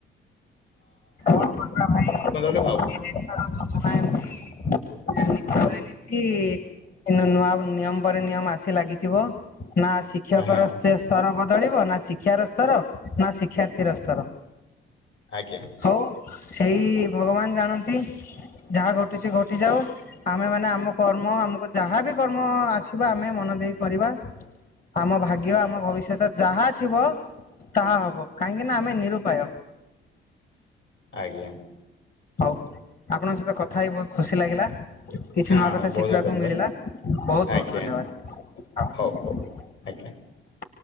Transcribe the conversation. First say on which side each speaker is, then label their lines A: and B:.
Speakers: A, on the left (about 45°); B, on the left (about 65°).
A: କଣ କରିବା ଭାଇ
B: ହେଲେ ହ
A: ଏ ଦେଶର ଯୋଜନା ଏମିତି ପରେ ନୂଆ ନିୟମ ପରେ ନିୟମ ଆସି ଲାଗିଥିବ ନା ଶିକ୍ଷକ
B: ହଁ
A: ର ସ୍ରବ ବଦଳିବ ନା ଶିକ୍ଷାର ସ୍ତର ନା ଶିକ୍ଷାର୍ଥୀର ସ୍ତର।
B: ଆଜ୍ଞା
A: ହଉ- ସେଇ ଭଗବାନ ଜାଣନ୍ତି ଯାହା ଘଟୁଛି ଘଟିଯାଉ। ଆମେ ମାନେ- ଆମ କର୍ମ ଆମକୁ ଯାହାବ କର୍ମ ଆସିବ ଆମେ ମନ ଦେଇ କରିବା। ଆମ ଭାଗ୍ୟ ଆମ ଭବିଷ୍ୟତ ଯାହା ଥିବ ତାହା ହବ କାହିଁକି ନା ଆମେ ନିରୁପାୟ।
B: ଆଜ୍ଞା-
A: ହଉ, ଆପଣଙ୍କ ସହିତ କଥା ହେଇି ବହୁତ ଖୁସି ଲାଗିଲା। କିଛି
B: ହଁ
A: ନୂଆ କଥା
B: ବହୁତ
A: ଶିଖିବାକୁ
B: ବହୁତ ଧନ୍ୟବାଦ
A: ମିଳିଲା ବହୁତ
B: ଆଜ୍ଞା
A: ବହୁତ ଧନ୍ୟବାଦ
B: ହଉ ହଉ ଆଜ୍ଞା